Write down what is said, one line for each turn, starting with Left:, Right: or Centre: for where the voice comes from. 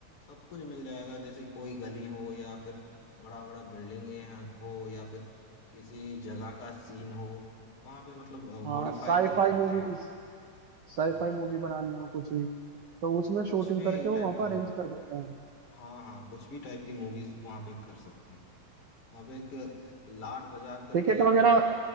Left: सब कुछ मिल जाएगा जैसे कोई गली हो या फिर बड़ा बड़ा बिल्डिंग हो या फिर किसी जगह का सीन हो वहाँ पे मतलब
Right: हाँ
Left: मॉडिफाई
Right: साईफाई
Left: कर लेते
Right: मूवीज
Left: हैं
Right: साईफाई
Left: हाँ हाँ
Right: मूवी बनानी हो कुछ भी तो उसमें
Left: कुछ
Right: शूटिंग
Left: भी
Right: करके वो
Left: टाइप
Right: वहां पर
Left: का
Right: अरेंज
Left: मु-
Right: कर देते हैं
Left: हाँ हाँ कुछ भी टाइप की मूवीज वहाँ पे कर सकते हैं वहाँ पे एक लाड बाजार करके
Right: टिकट
Left: एक
Right: वगैरह